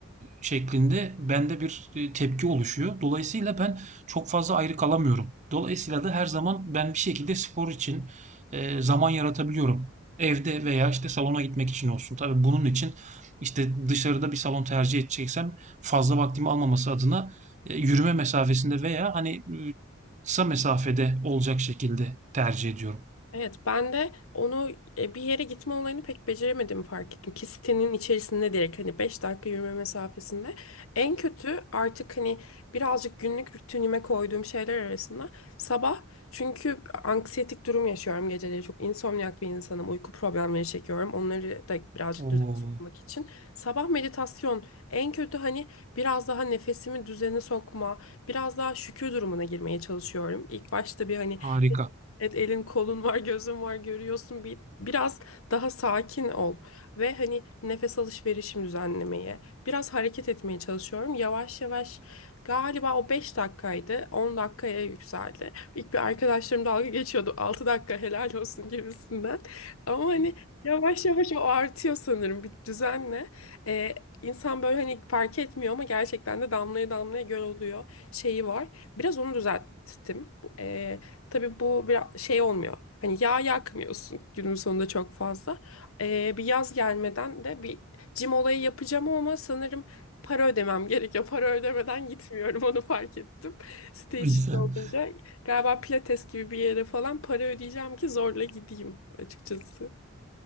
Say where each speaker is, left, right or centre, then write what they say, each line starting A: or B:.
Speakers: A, on the right; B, on the left.
A: şeklinde bende bir e, tepki oluşuyor. Dolayısıyla ben çok fazla ayrı kalamıyorum. Dolayısıyla da her zaman ben bir şekilde spor için e, zaman yaratabiliyorum. Evde veya işte salona gitmek için olsun. Tabii bunun için işte dışarıda bir salon tercih edeceksem fazla vaktimi almaması adına e, yürüme mesafesinde veya hani e, kısa mesafede olacak şekilde tercih ediyorum.
B: Evet, ben de onu e, bir yere gitme olayını pek beceremediğimi fark ettim. Ki sitenin içerisinde direkt hani 5 dakika yürüme mesafesinde. En kötü artık hani birazcık günlük rutinime koyduğum şeyler arasında sabah çünkü anksiyetik durum yaşıyorum geceleri. Çok insomniak bir insanım. Uyku problemleri çekiyorum. Onları da birazcık
A: Oo,
B: düzene sokmak için. Sabah meditasyon en kötü hani biraz daha nefesimi düzene sokma, biraz daha şükür durumuna girmeye çalışıyorum. İlk başta bir hani
A: harika.
B: Evet elin kolun var, gözün var, görüyorsun. Bir, biraz daha sakin ol ve hani nefes alışverişimi düzenlemeye, biraz hareket etmeye çalışıyorum. Yavaş yavaş galiba o 5 dakikaydı, 10 dakikaya yükseldi. İlk bir arkadaşlarım dalga geçiyordu. altı dakika helal olsun gibisinden. Ama hani yavaş yavaş o artıyor sanırım bir düzenle. Ee, insan böyle hani fark etmiyor ama gerçekten de damlaya damlaya göl oluyor şeyi var. Biraz onu düzelttim. Bu, E, Tabii bu biraz şey olmuyor. Hani yağ yakmıyorsun günün sonunda çok fazla. Ee, bir yaz gelmeden de bir cim olayı yapacağım ama sanırım para ödemem gerekiyor. <laughs> Para ödemeden gitmiyorum onu fark ettim. Site
A: <laughs>
B: içinde olunca galiba Pilates gibi bir yere falan para ödeyeceğim ki zorla gideyim açıkçası.